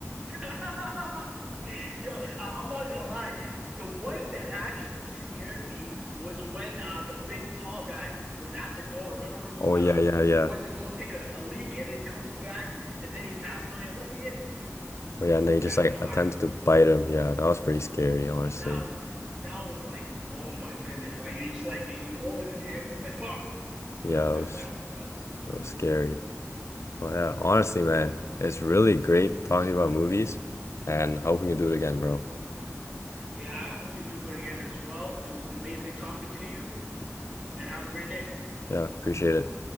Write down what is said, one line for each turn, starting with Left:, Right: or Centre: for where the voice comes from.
Right: Yo, I- I'm not gonna lie. The one that actually scared me was when uh, the big tall guy was at the door. Remember when he was
Left: Oh
Right: um
Left: yeah, yeah, yeah.
Right: he went to go take a, a leak and then he comes back and then he's asking like, "Let me in."
Left: Oh yeah, and
Right: Oh,
Left: then
Right: they
Left: he just
Right: asked
Left: like
Right: him, "How-"
Left: attempts to bite him. Yeah, that was pretty scary, honestly.
Right: That was that was like, oh my goodness! Like you just like he holding his hand too. It's Like, "Bah!"
Left: Yeah,
Right: uh, that
Left: it was
Right: that was that was
Left: it was scary. Oh yeah, honestly, man, it's really great talking about movies and hoping you do it again, bro.
Right: yeah. I hope we could do it again as well. It was amazing talking to you, and have a great day.
Left: Yeah, appreciate it.